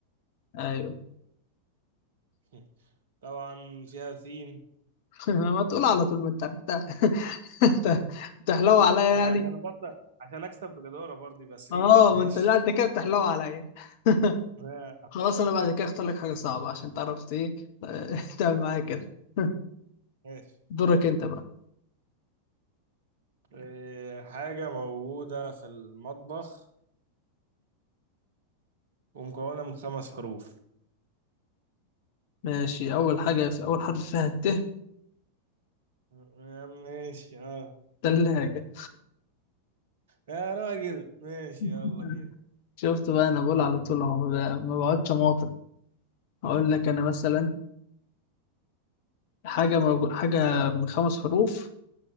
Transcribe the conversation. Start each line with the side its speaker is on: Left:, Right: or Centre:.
Left: ايوه
Right: <laughs> طبعا فيها سين
Left: <laughs> ما تقول على طول ما انت عرفتها <laughs> انت بتحلو عليا
Right: انا
Left: يعني
Right: عشان برضه عشان اكسب بجداره برضه يبقى سرير
Left: اه
Right: ماشي
Left: ما انت لا انت كده بتحلو عليا <laughs>
Right: <laughs>
Left: خلاص انا بعد كده اختار لك حاجة صعبة عشان تعرف ايه <laughs> تعمل معايا كده <laughs>
Right: ماشي
Left: دورك انت بقى
Right: إيه، حاجه موجوده في المطبخ ومكونه من خمس حروف
Left: ماشي اول حاجة في اول حرف فيها الت
Right: آه، ماشي اه
Left: ثلاجة
Right: يا راجل ماشي
Left: <laughs>
Right: يلا بينا
Left: شفت بقى انا بقول على طول اهو ما ب- ما بقعدش اماطل اقول لك انا مثلا حاجه موجو... حاجه من خمس حروف